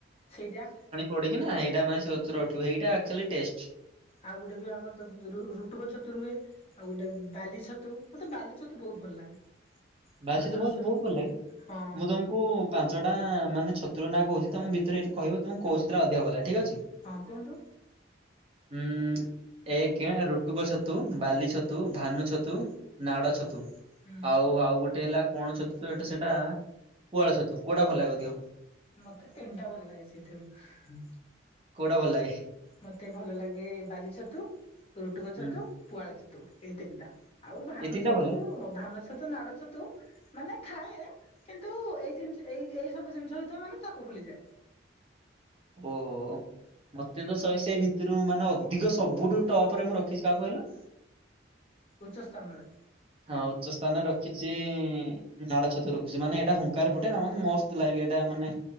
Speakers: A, on the left; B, on the right.
A: ସେଇଟା
B: ପଡିଚି ନା ଏଇଟା ମାନେ ଛତୁରା ଉଠିବ ଏଇଟା ଆକଚଲି ଟେଷ୍ଟ୍।
A: ଆଉ ଗୋଟେ ବି ଆମର <unintelligible> ରୁ ରୁଟୁକ ଛତୁ ରୁଏ। ଆଉ ଗୋଟେ ବାଲି ଛତୁ ମତେ ବାଲି ଛତୁ ବହୁତ୍ ଭଲ ଲାଗେ। ଛୋଟ
B: ବାଲି ଛତୁ
A: ଛୋଟ
B: ଭଲ
A: ଛ
B: ବହୁତ୍ ଭଲ ଲାଗେ
A: ହଁ
B: ମୁଁ ତମୁ କୁ ପାଞ୍ଚଟା ମାନେ ଛତୁର ନା କହୁଚି ତମ ଭିତରେ ଏଇଟି କହିବ ତମକୁ କୋଉ ଛତୁଟା ଅଧିକ ଭଲ ଲାଗେ ଠିକ୍ ଅଛି।
A: ହଁ କୁହନ୍ତୁ।
B: ଉୁଁ। ଏକେ ରୁଟୁକ ଛତୁ, ବାଲି ଛତୁ, ଭାନୁ ଛତୁ, ନାଡ ଛତୁ।
A: ହୁଁ
B: ଆଉ ଆଉ ଗୋଟେ ହେଲା କଣ ଛତୁ ସେଟ୍ ସେଟା ପୁଆଳ ଛତୁ କୋଉଟା ଭଲ ଲାଗେ ଅଧୀକ?
A: ମତେ ତିନଟା ଭଲ ଲାଗେ ସେଥିରୁ।
B: କୋଉଟା ଭଲ ଲାଗେ?
A: ମତେ ଭଲ ଲାଗେ ବାଲି ଛତୁ, ରୁଟୁକ ଛତୁ,
B: ହୁଁ।
A: ପୁଆଳ ଛତୁ ଏଇ ତିନଟା। ଆଉ ଭାନ
B: ଏଇ ତିନିଟା
A: ଛତୁ,
B: ଭଲ ଲାଗେ
A: ଭାନ ଛତୁ, ନାଡ ଛତୁ ମାନେ ଖାଏ କିନ୍ତୁ ଏଇ ଜେମତି ଏଇ ଏଇ ସବୁ ଜିନିଷ ହେଇତିବ ମାନେ ତାକୁ ଭୁଲିଯାଏ।
B: ଓ। ମତେ ତ ଶଏ ସେଇ ଭିତରୁ ମାନେ ଅଧିକ ସବୁଠୁ ଟପ ରେ ମୁଁ ରଖିଚି କାହାକୁ କହିଲ?
A: ଉଚ୍ଚ ସ୍ଥାନରେ।
B: ଆଉ ଉଚ୍ଚ ସ୍ତାନରେ ରଖିଚି। ନାଡ ଛତୁ ରଖୁଚି ମାନେ ଏଇଟା ହୁଙ୍କାରେ ଫୁଟେ ନା ମାନେ ମସ୍ତ ଲାଗେ ଏଟା ମାନେ